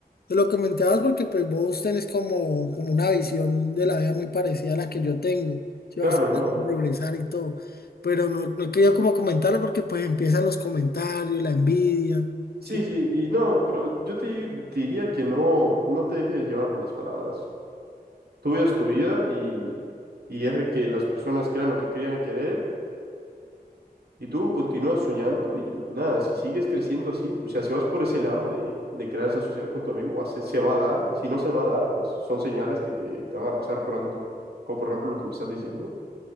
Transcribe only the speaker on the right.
Claro,
no.
Sí,
sí, y no, pero yo te, te diría que no, no te dejes llevar por las palabras. Tu vida es tu vida y, y deja que las personas crean lo que crean querer Y tú continúas soñando y nada, si sigues creciendo así, o sea, si vas por ese lado de, de crear esa sociedad con tu amigo, va a ser- se va a dar. Si no se va a dar, pues son señales que te, te van a pasar pronto, como por ejemplo lo que me estás diciendo.